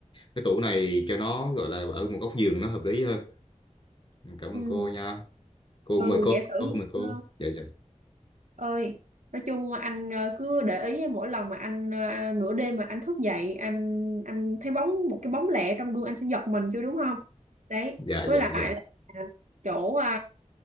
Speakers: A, on the left (about 40°); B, on the right (about 70°).
A: cái tủ này cho nó gọi là ở một góc giường nó hợp lý hơn cảm
B: ừ,
A: ơn cô nha cô
B: ừ
A: mời cô
B: giả sử
A: cô mời cô
B: ờ,
A: dạ dạ
B: ơi nói chung anh ờ, cứ để ý mỗi lần mà anh ờ, nửa đêm mà anh thức dậy anh anh thấy bóng một cái bóng lẻ trong gương anh sẽ giật mình chứ đúng không đấy
A: dạ
B: với
A: dạ
B: lại
A: dạ
B: là à, chỗ à,